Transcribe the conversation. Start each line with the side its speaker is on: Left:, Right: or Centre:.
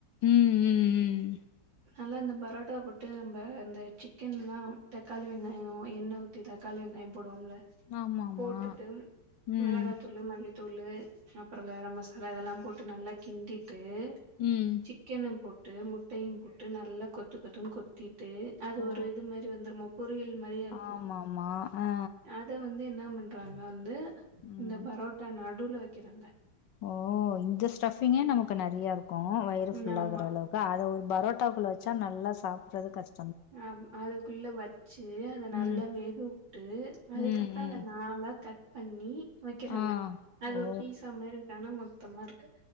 Left: ம் ம் ம்
Right: நல்லா இந்த பரோட்டா போட்டு நம்ம இந்த சிக்கன்லா தக்காளி வெங்காயோ எண்ணெ ஊத்தி தக்காளி வெங்காயோ போடுவோம்ல
Left: ம் ஆமாமா
Right: போட்டுட்டு
Left: ம்
Right: மெளகாத்தூளு மல்லி தூளு அப்புறோ கரோ மசாலா இதல்லா போட்டு நல்லா கிண்டி போட்டு
Left: ம்
Right: சிக்கன போட்டு முட்டையு போட்டு நல்லா கொத்து கொத்துனு கொத் திட்டு அது
Left: ஓ
Right: ஒரு இது மாரி வந்துருமோ பொரியல் மாரியே இருக்கோ
Left: ஆமாமா ஆ
Right: அத வந்து என்ன பண்றாங்க வந்து
Left: ம்
Right: இந்த பரோட்டா நடுவுல வெக்கிறாங்க
Left: ஓ இந்த ஸ்டஃபிங்கே நமக்கு நறியா இருக்கோ வயிறு
Right: ம்
Left: ஃபுல்லா
Right: ஆமா.
Left: ஆகுறளவுக்கு அத ஒரு பரோட்டாக்குள்ள வெச்சா நல்லா சாப்பிடறது கஷ்
Right: அ ம் அதுக்குள்ள வச்சு அத நல்லா
Left: ம்
Right: வேக வுட்டு அதுக்கப்புறோ
Left: ம் ம்
Right: அத நாளா கட் பண்ணி வெக்கறாங்க
Left: ஆ
Right: அது
Left: ஓ
Right: ஒரு பீசா மாரி இருக்கு ஆனா மொத்தமா இருக்கு